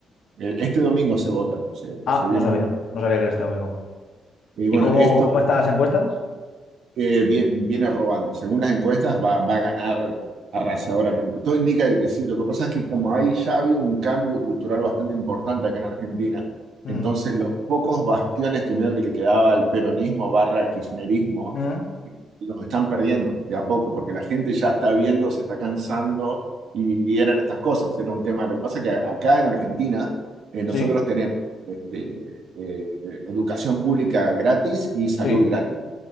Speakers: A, on the right; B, on the left.
A: Eh, Este domingo se vota, se,
B: Ah,
A: se viene
B: no sabía.
A: mucho.
B: No sabía que era este domingo.
A: Y bueno,
B: ¿Y cómo,
A: esto
B: cómo están las encuestas?
A: eh, vie- viene, robando. Según las encuestas, va, va a ganar arrasadoramente. Todo indica que, sí. Lo que pasa es que como ahí ya ha habido un cambio cultural bastante importante acá en Argentina,
B: Mm,
A: entonces los pocos bastiones que medio que le quedaba al peronismo barra kirchnerismo,
B: mm,
A: los están perdiendo de a poco, porque la gente ya está viendo, se está cansando y, y eran estas cosas, era un tema. Lo que pasa es que acá en Argentina eh, nosotros
B: sí,
A: tenemos este, eh, educación pública gratis y salud
B: sí,
A: gratis.